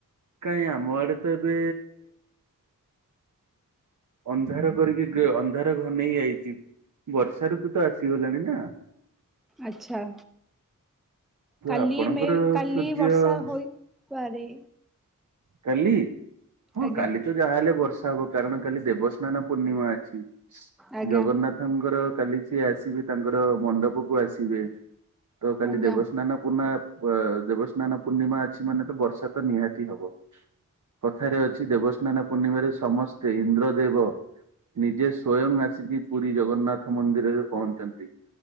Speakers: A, on the right; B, in the centre.
A: କାଇଁ ଆମ ଆଡେ ତ ଏବେ ଅନ୍ଧାର କରିକି ଗ ଅନ୍ଧାର ଘନ ନେଇ ଆଇଚି। ବର୍ଷାାରୁଋ ତୁ ତ ଆସିଗଲାଣି ନା
B: ଆଚ୍ଛା
A: ତ
B: କାଲି
A: ଆପଣଙ୍କର
B: ମେ କାଲି
A: ସୂର୍ଯ୍ୟ
B: ବର୍ଷା ହୋଇପାରେ
A: କାଲି ହଁ
B: ଆଜ୍ଞା
A: କାଲି ତ ଯାହା ହେଲେ ବର୍ଷ ବର୍ଷା ହବ କାରଣ କାଲି ଦେବସ୍ନାନ ପୂର୍ଣ୍ଣିମା ଅଛି।
B: ଆଜ୍ଞା
A: ଜଗନ୍ନାଥଙ୍କର କାଲି ସିଏ ଆସିବେ ତାଙ୍କର ମଣ୍ଡପ କୁ ଆସିବେ ତ କାଲି
B: ଆଜ୍ଞା
A: ଦେବସ୍ନାନ ପୂର୍ଣ୍ଣିମା। ଦେବସ୍ନାନ ପୂର୍ଣ୍ଣିମା ଅଛି ମାନେ ତ ବର୍ଷା ତ ନିହାତି ହବ। କଥାରେ ଅଛି ଦେବସ୍ନାନ ପୂର୍ଣ୍ଣିମାରେ ସମସ୍ତେ ଇନ୍ଦ୍ରଦେବ ନିଜେ ସ୍ୱୟଂ ଆସିକି ପୁରୀ ଜଗନ୍ନାଥ ମନ୍ଦିରରେ ପହଞ୍ଚନ୍ତି।